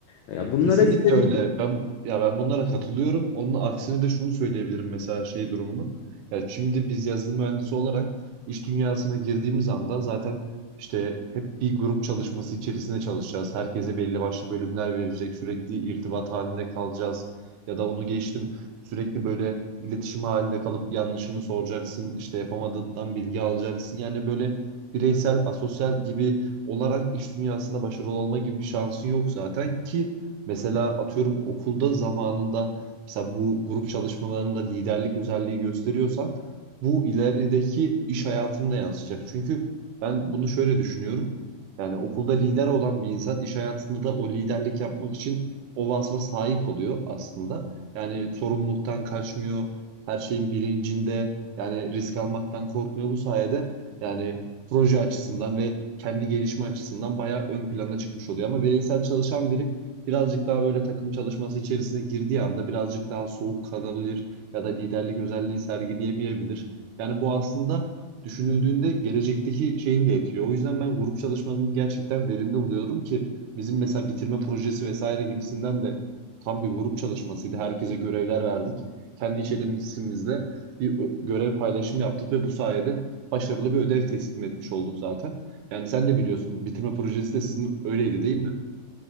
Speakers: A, on the left; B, on the right.
A: Ya
B: Ya
A: bunlara
B: kesinlikle
A: dikkat edin.
B: öyle. Ben ya ben bunlara katılıyorum. Onun aksine de şunu söyleyebilirim mesela şey durumunu. Ya şimdi biz yazılım mühendisi olarak iş dünyasına girdiğimiz anda zaten işte hep bir grup çalışması içerisinde çalışacağız. Herkese belli başlı bölümler verecek. Sürekli irtibat halinde kalacağız. Ya da onu geçtim. Sürekli böyle iletişim halinde kalıp yanlışını soracaksın. İşte yapamadığından bilgi alacaksın. Yani böyle bireysel, asosyal gibi olarak iş dünyasında başarılı olma gibi bir şansın yok zaten ki Mesela atıyorum okulda zamanında mesela bu grup çalışmalarında liderlik özelliği gösteriyorsan bu ilerideki iş hayatında yansıyacak. Çünkü ben bunu şöyle düşünüyorum. Yani okulda lider olan bir insan iş hayatında da o liderlik yapmak için o vasfa sahip oluyor aslında. Yani sorumluluktan kaçmıyor, her şeyin bilincinde, yani risk almaktan korkmuyor bu sayede. Yani proje açısından ve kendi gelişme açısından bayağı ön plana çıkmış oluyor. Ama bireysel çalışan biri birazcık daha böyle takım çalışması içerisine girdiği anda birazcık daha soğuk kalabilir ya da liderlik özelliği sergileyemeyebilir. Yani bu aslında düşünüldüğünde gelecekteki şeyini de etkiliyor. O yüzden ben grup çalışmanın gerçekten verimli buluyorum ki bizim mesela bitirme projesi vesaire gibisinden de tam bir grup çalışmasıydı. Herkese görevler verdik. Kendi içerimizde bir ö- görev paylaşımı yaptık ve bu sayede başarılı bir ödev teslim etmiş olduk zaten. Yani sen de biliyorsun bitirme projesi de sizin öyleydi değil mi?